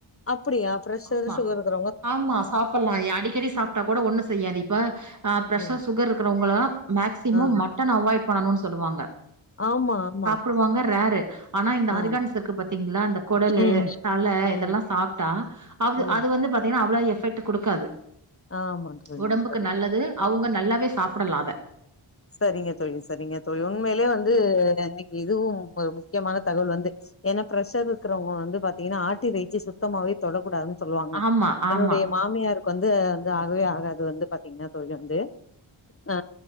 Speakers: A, on the left; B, on the right.
A: அப்டியா ப்ரெஷர்
B: ஆமா
A: சுகர்ரோட
B: ஆமா சாப்டலா அடிக்கடி சாப்டா கூட ஒண்ணு செய்யாது இப்ப ஆ ப்ரெஷர்
A: ம்
B: சுகர் இருக்கறவங்க எல்லா மேக்சிமம்
A: ஆ
B: மட்டன் அவாய்ட் பண்ணணுனு சொல்லுவாங்க
A: ஆமா ஆமா
B: டுவாங்க ரேரு ஆனா இந்த
A: ஆ
B: ஆர்கான்ஸ் இருக்கு பாத்தீங்களா இந்த குடலு
A: ம்,
B: தல
A: ம்,
B: இதெல்லா சாப்பிட்டா அது
A: ம்.
B: அது வந்து பாத்தீங்கன்னா அவ்வள எபெக்ட் கொடுக்காது
A: ஆமா தோழி,
B: ஒடம்புக்கு
A: ஆமா தோழி.
B: நல்லது அவுங்க நல்லாவே சாப்பிடலா அத
A: சரிங்க தோழி சரிங்க தோழி உண்மையிலே வந்து இன்னைக்கி இதுவு ஒரு முக்கியமான தகவல் வந்துச்சு ஏனா பிரசர் இருக்கிறவங்க வந்து பாத்தீன்னா ஆட்டு இறைச்சி சுத்தமாவே தொடக்கூடாதுன்னு சொல்லுவாங்க
B: ஆமா ஆமா
A: என்னுடைய மாமியார் வந்து வந்து ஆகவே ஆகாது வந்து பாத்தீங்கன்னா தோழி வந்து ஆ